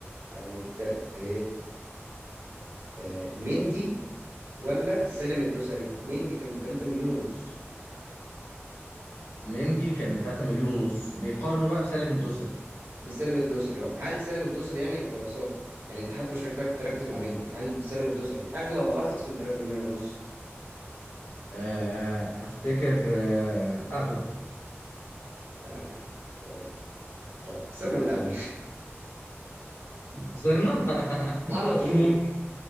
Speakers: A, on the right; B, on the left.
A: هنبدا ب أه، مندي ولا سالم الدوسري مندي كان ب 3 مليون ونص
B: مندي كان ب 3 مليون ونص بيقارنوا بقى بسالم الدوسري
A: بسالم الدوسري اه هل سالم الدوسري يعني ببساطه يعني انت حتى مش محتاج تركز مع مندي هل سالم الدوسري اغلى ولا ارخص من 3 مليون ونص
B: آه، افتكر آه، اغلى
A: اغلى طيب طب خسرنا من الاول
B: خسرنا
A: <laughs>
B: <laughs> مش
A: على طول
B: ممكن